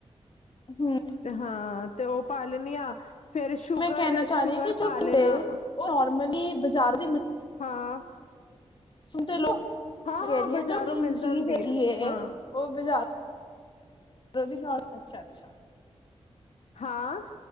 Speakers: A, on the left; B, on the left.
A: ਹਮ।
B: ਹਾਂ, ਤੇ ਉਹ ਪਾ ਲੈਣੀ ਆ ਫੇਰ ਸ਼ੂਗਰ,
A: ਮੈਂ ਕਹਿਣਾ ਚਾਹ
B: ਸ਼ੂਗਰ
A: ਰਹੀ ਹਾਂ ਕਿ
B: ਪਾ
A: ਜੋ
B: ਲੈਣਾ,
A: ਉਹ ਨੋਰਮਲੀ ਬਾਜ਼ਾਰੋਂ
B: ਹਾਂ
A: ਸੁਣ ਤੇ ਲਓ,
B: ਹਾਂ-ਹਾਂ
A: ਮੇਰੀਆਂ
B: ਬਾਜ਼ਾਰੋਂ
A: ਜੋ ਮੀਨ
B: ਮਿਲ
A: ਚੀਜ਼
B: ਜਾਂਦੀ
A: ਹੈਗੀ
B: ਐ।
A: ਹੈ।
B: ਹਾਂ,
A: ਉਹ ਬਜਾਰੋਂ, <unintelligible> ਅੱਛਾ-ਅੱਛਾ।
B: ਹਾਂ,